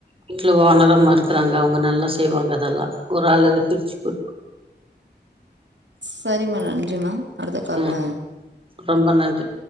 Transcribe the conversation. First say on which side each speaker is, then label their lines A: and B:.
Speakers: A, on the right; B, on the right.
A: வீட்ல வாணரமா இருக்கறாங்க அவுங்க நல்லா செய்வாங்க அதெல்லா ஒரு அளகு பிரிச்சு கு
B: சரிமா நன்றிமா அடுத்த கால்ல
A: ம் ரொம்ப நன்றி